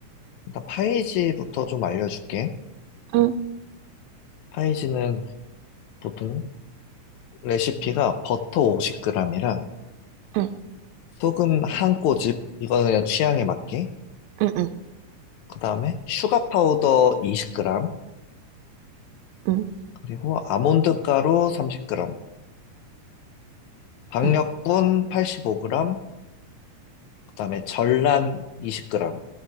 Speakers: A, on the left (about 75°); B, on the right (about 80°).
A: 일단 파이지부터 좀 알려줄게.
B: 응,
A: 파이지는 보통 레시피가 버터 50g이랑
B: 응,
A: 소금 한 꼬집, 이거는 그냥 취향에 맞게.
B: 응, 응,
A: 그 다음에 슈가 파우더 20g,
B: 응,
A: 그리고 아몬드 가루 30g, 박력분
B: 응,
A: 85g, 그 다음에 전란 20g